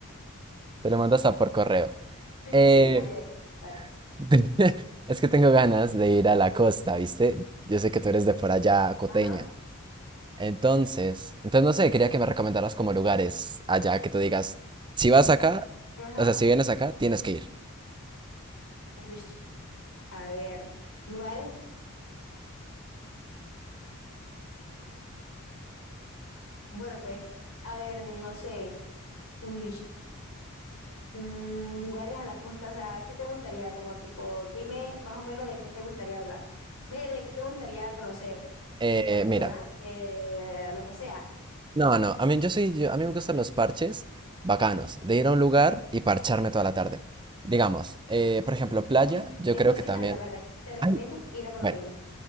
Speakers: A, on the right (about 20°); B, on the left (about 85°).
A: te lo mandas a por correo.
B: <laughs>
A: Eh,
B: Sí, dale, ya, dale.
A: <laughs> es que tengo ganas de ir a la costa, ¿viste? Yo sé que tú eres de por allá, coteña.
B: Ajá,
A: Entonces, entonces no sé, quería que me recomendaras como lugares allá que tú digas, si vas acá,
B: ajá.
A: o sea, si vienes acá, tienes que ir.
B: Uy, a ver, lugares, bueno pues, a ver, no sé, uy, mm, lugares a la costa, o sea, ¿qué te gustaría? Como tipo, dime más o menos de qué te gustaría hablar, ve, de qué te gustaría conocer,
A: Eh,
B: tipo restaurante,
A: mira.
B: eh, lo que sea.
A: No, no, a mí, yo soy, yo- a mí me gustan los parches bacanos, de ir a un lugar y parcharme toda la tarde. Digamos, eh, por ejemplo, playa,
B: Uy,
A: yo
B: entonces
A: creo que también.
B: ya, ya, verde, te recomiendo
A: Ay,
B: ir a Palomino.
A: bueno,